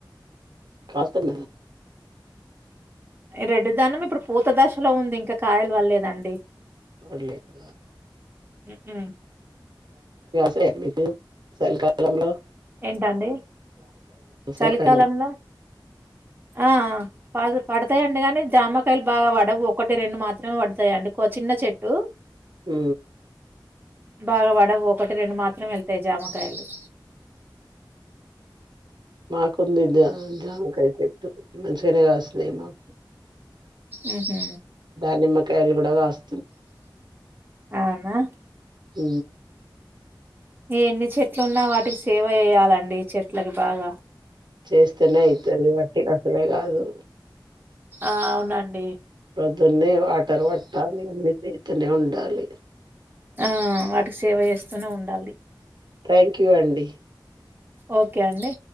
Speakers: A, on the right; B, on the right.
A: కాస్త త
B: రెడ్డుదానం ఇప్పుడు పూత దశలో ఉంది ఇంకా కాయలు వల్లేదండి
A: పర్లేదు
B: హుహు.
A: సలికి <inaudible> సలి కాలంలో
B: ఏంటండి
A: చలికాలం
B: చలికాలంలో ఆ పడతాయంండి కాగానీ జామకాయలు బాగా పడవు ఒకటి రెండు మాత్రమే పడతాయంండి చిన్న చెట్టు
A: హ
B: బాగావాడ ఒకటి రెండు మాత్రం వెళ్తాయి జామకాయలు
A: మాకు కొంద జామ కైతే మ తనేగాసలే మాకు
B: ఆహ
A: దాని మ ఎల్లగడ వస్త
B: అవునా
A: అ
B: ఎన్ని చెట్లు ఉన్నా వాటికి సేవ చేయ్యాలండి చెట్లకి బాగా
A: చేస్తస్తనే అయితు అదిటి అసలే కాదు
B: ఆ అవునండి
A: ప్రధన్య వాఠారు వాట్ తనే ఉండాలి
B: ఆ వాటికి సేవ చేస్తూనే ఉండాలి
A: థ్యాంక్ యూ అండి
B: ఓకే అండి